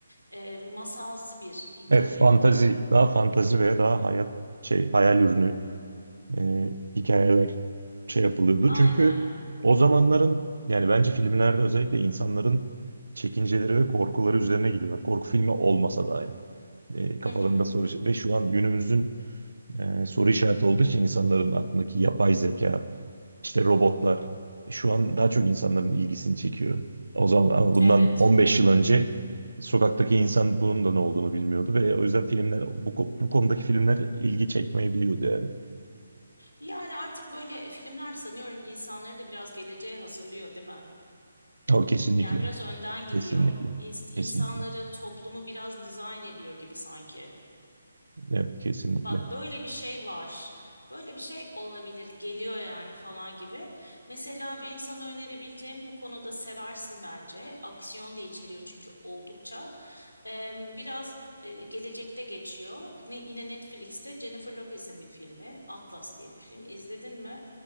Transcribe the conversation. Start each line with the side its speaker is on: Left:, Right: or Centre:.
Left: e, masalsı bir hikaye
Right: Evet, fantazi,
Left: vardı.
Right: daha fantazi veya daha hayat şey hayal ürünü e, hikayeler şey yapılıyordu.
Left: Aynen.
Right: Çünkü o zamanların yani bence filmlerde özellikle insanların çekinceleri ve korkuları üzerine gidiyorlar. Korku filmi olmasa dahi. E, kafalarında
Left: Hı hı.
Right: soru ve şu an günümüzün e, soru işareti olduğu için insanların aklındaki yapay zeka, İşte robotlar şu an daha çok insanların ilgisini çekiyor. O zaman ama bundan
Left: Evet.
Right: 15 yıl önce sokaktaki insan bunun da ne olduğunu bilmiyordu ve o yüzden filmler bu, ko- bu konudaki filmler ilgi çekmeyebiliyordu yani.
Left: Yani artık böyle filmler sanıyorum insanları da biraz geleceğe hazırlıyor, değil mi?
Right: O kesinlikle.
Left: Yani biraz önden gidiyor.
Right: Kesinlikle.
Left: İns- İnsanları,
Right: Kesinlikle.
Left: toplumu biraz dizayn ediyor gibi sanki.
Right: Evet kesinlikle.
Left: Bak böyle bir şey var. Böyle bir şey olabilir, geliyor yani falan gibi. Mesela benim sana önerebileceğim bu konuda seversin bence. Aksiyon da içeriyor çünkü oldukça. Eee, biraz eee, gelecekte geçiyor. Ne, yine Netflix'te Jennifer Lopez'in bir filmi. Atlas diye bir film. İzledin mi?